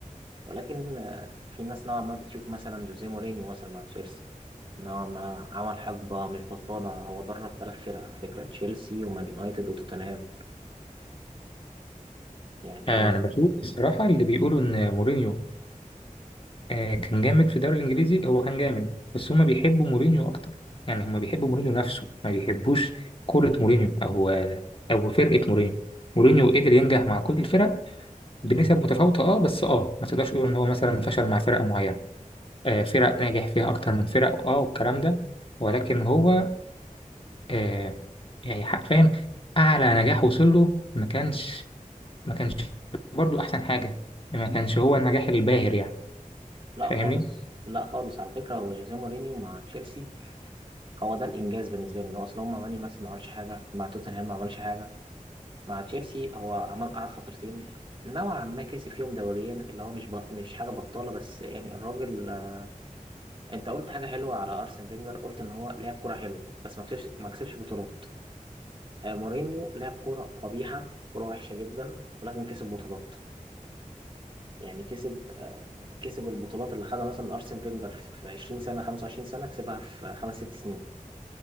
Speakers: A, on the right; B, on the left.
A: ولكن آه، في ناس نوعا ما بتشوف مثلا جوزيه مورينيو مثلا مع تشيلسي نوعا ما عمل حقبه مش بطاله هو درب ثلاث فرق على فكره تشيلسي ومان يونايتد وتوتنهام يعني
B: آه،
A: عمل
B: أنا بشوف الصراحة اللي بيقولوا إن مورينيو آه، كان جامد في الدوري الانجليزي هو كان جامد بس هما بيحبوا مورينيو اكتر يعني هما بيحبوا مورينيو نفسه ما بيحبوش كرة مورينيو او او فرقة مورينيو مورينيو قدر ينجح مع كل الفرق بنسب متفاوتة اه بس اه ما تقدرش تقول ان هو مثلا فشل مع فرقة معينة آه فرق ناجح فيها اكتر من فرق اه والكلام ده ولكن هو آه يعني حرفيا اعلى نجاح وصل له ما كانش ما كانش برضه احسن حاجة ما كانش هو النجاح الباهر يعني
A: لا
B: فاهمني؟
A: خالص لا خالص على فكره هو جوزيه مورينيو مع تشيلسي هو ده الانجاز بالنسبه لي ان هو اصل هو مع مان يونايتد ما عملش حاجه مع توتنهام ما عملش حاجه مع تشيلسي هو عمل قعد فترتين نوعا ما كسب فيهم دوريين اللي هو مش بط... مش حاجه بطاله بس يعني الراجل آه، انت قلت حاجه حلوه على ارسن فينجر قلت ان هو لعب كوره حلوه بس ما كسبش ما كسبش بطولات آه، مورينيو لعب كوره قبيحه كوره وحشه جدا ولكن كسب بطولات يعني كسب آه، كسب البطولات اللي خدها مثلا ارسن فينجر في في 20 سنه 25 سنه كسبها في خمس ست سنين